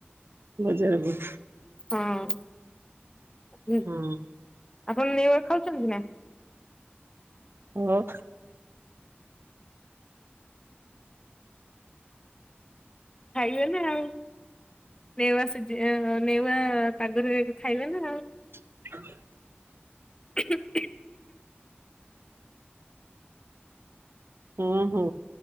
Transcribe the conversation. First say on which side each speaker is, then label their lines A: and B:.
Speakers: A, on the right; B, on the left.
A: ବଜାରକୁ।
B: ହଁ ହୁଁ
A: ହଁ
B: ଆପଣ ନେଉଆ ଖାଉଚନ୍ତି ନା।
A: ଓ
B: ଖାଇବେ ନା ଆଉ। ନେୱା ସିଜ ଏହୋ ନେୱା ପାଗରେ ଖାଇବେ ନା ଆଉ।
A: <inaudible>
B: ହ
A: ହୁଁ ହୁଁ।